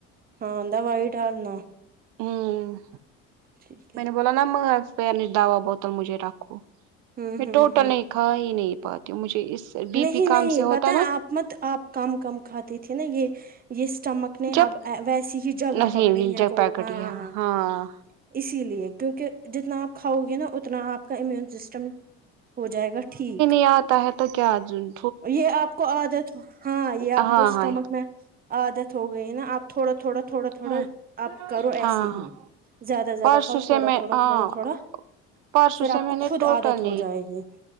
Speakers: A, on the right; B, on the right.
A: ہاں داوائ ڈالنا
B: آمم
A: ٹھیک
B: میں
A: ہے
B: نے بولا نہ منگا دوا پھر دوا بوتل مجھے رکھو
A: ہوں
B: میں
A: ہوں
B: ٹوٹل
A: ہوں
B: نہیں کھا ہی نہیں پاتی ہوں مجھے اس بی
A: نہیں
B: پی کام
A: نہیں
B: سے ہوتا
A: پتہ ہے
B: نا
A: آپ مت آپ کم کم کھاتی تھی نا یہ یہ اسٹمک نے
B: جب
A: اب ویسی ہی جگہ
B: نہیں
A: پکڑی ہے
B: جگ
A: وہ
B: پیکٹ
A: ہاں
B: ہی ہے، ہاں
A: اسی لیے کیونکہ جتنا آپ کھاؤ گے نا اتنا آپ کا امیون سسٹم ہو جائے گا ٹھیک
B: کیا ہوتا ہے تو کیا آج ان
A: یہ آپ کو عادت ہاں یہ
B: ہاں
A: آپ کو اسٹمک
B: ہاں
A: میں عادت ہو گئی نا آپ تھوڑا تھوڑا تھوڑا تھوڑا
B: ہ
A: آپ کرو ایسے
B: ہاں
A: ہی زیادہ
B: پرسوں
A: زیادہ کھاؤ
B: سے
A: تھوڑا
B: میں
A: تھوڑا
B: ہاں
A: تھوڑا تھوڑا
B: پرسوں
A: پھر آپ
B: سے میں
A: کو
B: نے
A: خود
B: ٹوٹل
A: عادت ہو جائے گی